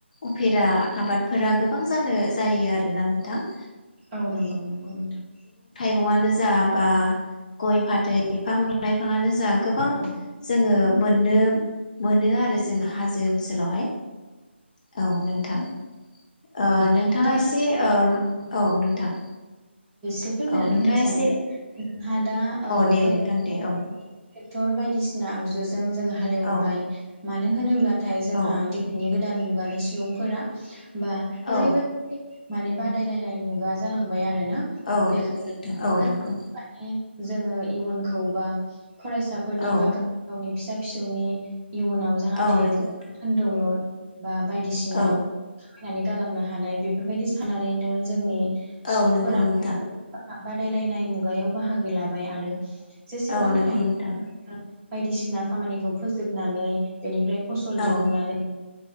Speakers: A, on the left (about 40°); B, on the right (about 20°).
A: उफेरा आबादफोरा गोबां जानो जायो आरोना नोंथां।
B: औ नंगौ नंगौ नोंथां।
A: आनो जा बा गय फाथै बिफां लाइफांनो जा जा गोबां
B: औ
A: जोङो मोननो मोनो आरो जोङो हाजो ओनसोलावहाय। औ नोंथां। ओ
B: औ
A: नोंथाङा
B: दा
A: एसे ओ
B: आं
A: औ नोंथां
B: एसे फोरमायनानै
A: औ नोंथाङा
B: होनो सान
A: एसे
B: हा दा औ
A: दे
B: <unintelligible>
A: नोंथां दे औ
B: बेसर बायदिसिना आगजु जों जों हालेवबाय
A: औ
B: मानो होनोब्ला नाथाय जोंहा
A: औ
B: दिनैनि गोदान मु खुगानि सुबुंफोरा बा ओरैबायदि
A: औ
B: माने बादायलायनाय मुगा जालांबाय आरो <unintelligible>
A: औ नंगौ नोंथां औ नंगौ
B: जोङो इयुनखौ बा फरायसाफोरनि
A: औ
B: बा गाव गावनि फिसा फिसौनि इयुनाव जाहाथे
A: औ नंगौ
B: धोनदौलद बा बायदिसिना
A: औ
B: खामायनानै गालांनो हानाय बेफोरबायदि साननानैनो जोंनि
A: औ
B: सुबुंफोरा
A: नोंगौ नोंथां
B: बादायलायनाय मुगायाव बाहागो लाबाय आरो जेसेबां
A: औ नंगौ
B: हायो।
A: नोंथां
B: बायदिसिना खामानिखौ फोजोबनानै बेनिफ्राय फसल दिहुननानै
A: औ